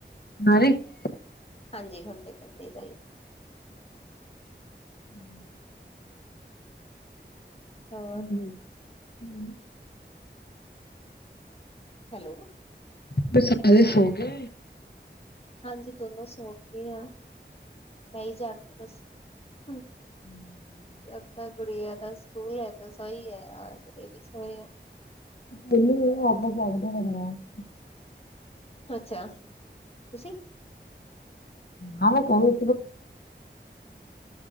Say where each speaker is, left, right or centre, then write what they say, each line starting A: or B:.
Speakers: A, on the left; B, on the left.
A: <unintelligible>
B: ਹਾਂਜੀ ਹੁਨ ਤੇ ਇਕਦਮ ਤੇਜ ਆਈ।
A: ਹਮ।
B: ਹੋਰ
A: ਹੂੰ, ਹੂੰ।
B: ਹੈਲੋ।
A: <unintelligible> ਸਾਰੇ ਸੋ ਗੇ।
B: ਹਾਂਜੀ ਕਿੰਨੇ <unintelligible> ਬਸ ਹੂੰ।
A: ਹਮ। <inaudible>
B: ਸ ਗੁੜੀਆ ਦਾ ਸਕੂਲ ਹੈ ਤਾਂ ਸਹੀ ਹੈ ਰ ਇਹ ਵੀ ਸਹੀ।
A: ਮੈਨੂੰ ਆਪਸ <inaudible>
B: ਅੱਛਾ ਤੁਸੀਂ।
A: ਹਾਂ ਮੈਂ ਕੋਲ।